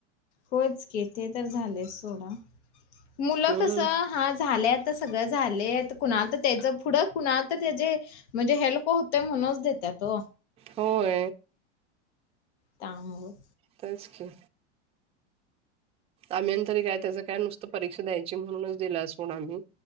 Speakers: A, on the left; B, on the right.
A: होच किथे तर झाले सोडा मुलं
B: हम्म.
A: कस हा झाले आता सगळं झाले कुणाला तर त्याच पुढं कुणाला तर त्याचे म्हणजे हेल्प होते म्हणूनच देते तो
B: होय
A: तम
B: त्याच के आम्हींतरी काय त्याचं काय नुसतं परीक्षा द्यायची म्हणूनच दिलं अस म्हण आम्ही